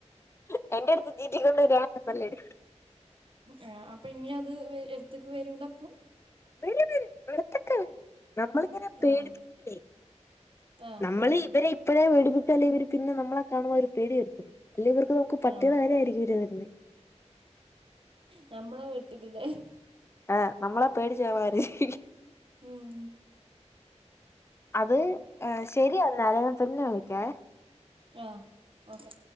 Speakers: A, on the left; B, on the right.
A: <unintelligible> എന്റെ അടുത്ത്. <unintelligible>
B: ആ അപ്പൊ ഇന്ന് അത് വ എടുത്തുക്ക് വരൂല അപ്പൊ.
A: വരും വരും അടുത്ത്. <unintelligible> നമ്മളിങ്ങനെ പേടിപിക്കില്ലേ.
B: ആഹ് ആഹ്
A: നമ്മള് ഇവരെ <inaudible> ഇപ്പോഴേ പേടിപ്പിചാല് ഇവര് പിന്നെ നമ്മളെ കാണുമ്പോ ഒരു പേടി വരുത്തുന്നു. അല്ലങ്ക ഇവർക്ക് നമുക്ക് പട്ടിന
B: ആഹ്
A: <unintelligible> ഇര് തരുന്ന.
B: ഞമ്മളെ <unintelligible>
A: ആ നമ്മളെ പേടിച <unintelligible>
B: ഉം
A: അത് ആ ശരി എന്നാല്. പിന്നെ വിളിക്കേ.
B: ആ, ഓക്കെ.